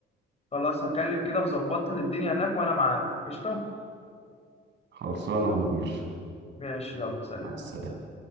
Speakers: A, on the left (about 30°); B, on the right (about 65°).
A: خلاص هكلم كده وظبط لي الدنيا هناك وانا معاك قشطه
B: خلصانه يا مدير
A: ماشي يلا سلام
B: مع السلامه